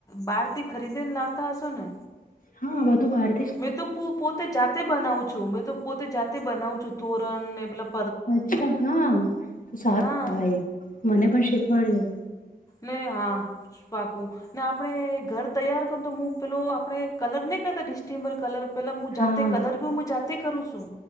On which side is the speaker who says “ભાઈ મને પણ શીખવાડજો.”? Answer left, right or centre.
Left